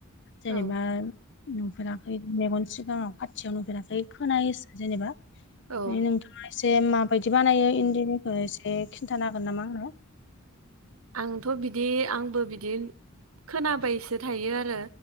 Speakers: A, on the left (about 60°); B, on the right (about 85°).
A: जेनेबा
B: औ
A: नुफेरा मेगन सिगाङाव खाथियाव नुफेराखै खोनायोसो जेनेबा माने
B: औ
A: नोंथां जे माबायदि बानायो इन्दिनिखौ एसे खिन्थानो हागोन नामा आंनो‌?
B: आंथ' बिदि आंबो बिदि खोनाबायसो थायो आरो